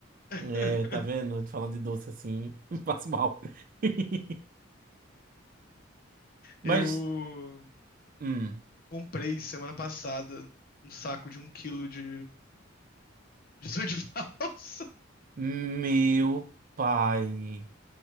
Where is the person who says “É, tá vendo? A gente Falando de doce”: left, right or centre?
Right